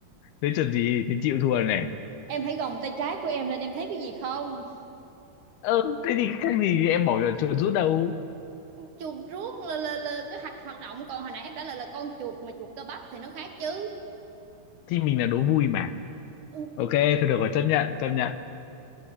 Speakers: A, on the left (about 75°); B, on the right (about 60°).
A: thế chuột gì thì chịu thua này
B: em hãy gồng tay trái của em lên em thấy cái gì không
A: ờ thế thì khác gì em bảo là chuột rút đâu
B: chuột rút là là, là cái hạch hoạt động còn hồi nãy em trả lời là con chuột mà chuột cơ bắp thì nó khác chứ
A: thì mình là đố vui mà
B: Ừ.
A: Ok, thôi được rồi, chấp nhận, chấp nhận.